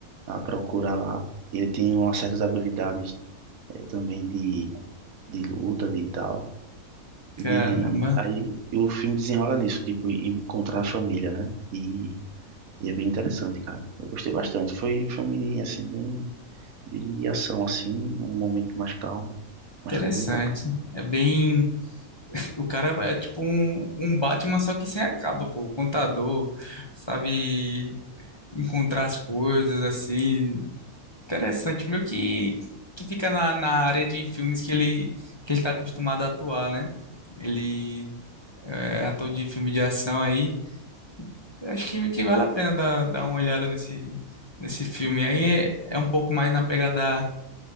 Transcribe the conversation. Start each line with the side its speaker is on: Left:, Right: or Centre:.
Right: à procura lá. Ele tem umas certas habilidades é, também de, de luta, de tal.
Left: Caramba.
Right: E de- aí o filme desenrola nisso, tipo, encontrar a família, né? E, e é bem interessante, cara. Eu gostei bastante. Foi um filme, assim, bem, bem de ação, assim, um momento mais calmo, mas
Left: Interessante.
Right: foi bem bacana.
Left: É bem. O cara é tipo um, um Batman, só que sem a capa, pô. contador, sabe encontrar as coisas, assim. Interessante. Meio que, que fica na, na área de filmes que ele, que ele tá acostumado a atuar, né? Ele é ator de filme de ação aí. Eu Acho que, que vale a pena dar, dar uma olhada nesse, nesse filme. Aí é, é um pouco mais na pegada